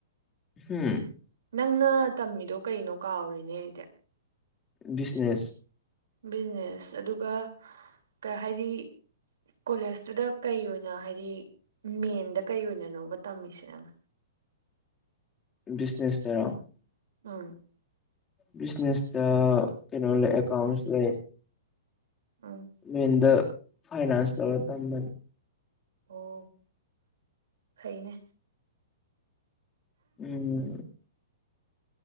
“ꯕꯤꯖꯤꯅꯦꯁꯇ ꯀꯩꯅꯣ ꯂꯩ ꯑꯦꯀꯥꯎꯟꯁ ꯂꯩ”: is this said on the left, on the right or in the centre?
Left